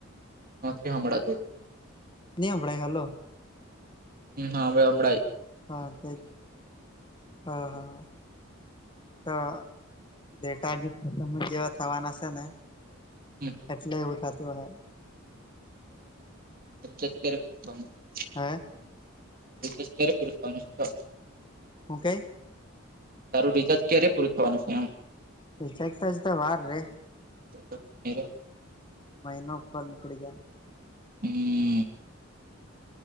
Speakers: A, on the right (about 45°); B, on the left (about 25°).
A: નથી હમણાં.
B: ની હંભલાય હાલો
A: હમ હાવે હભળાય.
B: હા તે હા હા હ તે તો ડેટાજી ખતમ જ જેવા થવાના છે ને
A: હમ
B: એટલે એવું થતું હશે.
A: ત કે <unintelligible>
B: હે
A: <unintelligible>
B: હું કેય?
A: તારું રિચાર્જ ક્યારે પૂરું થવાનું છે એમ?
B: ર ચજતાજતા વાાર રે.
A: તો તો પણ.
B: મહના ઉપર નનીળી ગયા.
A: હમ.